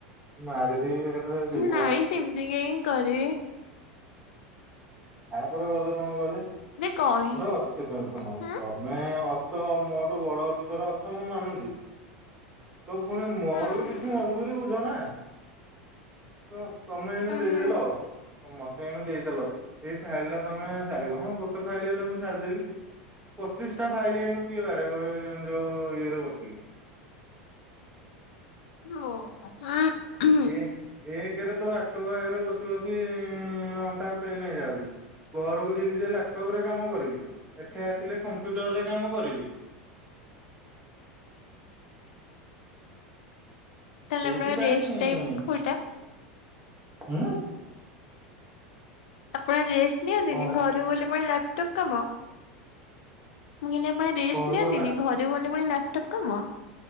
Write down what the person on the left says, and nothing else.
ନାଇଁ ସେମିତି କାଇଁ କରିବେ।
କହି
ହୁଁ
ହୁଁ
ହୁଁ
ଓହୋ <inaudible>
ତାହେଲେ
ଆପଣ ରେଷ୍ଟ ଟାଇମ୍ କୋଉଟା?
ଆପଣ ରେଷ୍ଟ ନିଅନ୍ତିନି
ଘରକୁ ଗଲେ ପୁଣି ଲାପଟପ୍‌ କାମ। ମୁଁ କହିଲି ଆପଣ ରେଷ୍ଟ
ନିଅନ୍ତିନି
ଘରେ ଗଲେ ପୁଣି ଲାପଟପ୍ କାମ।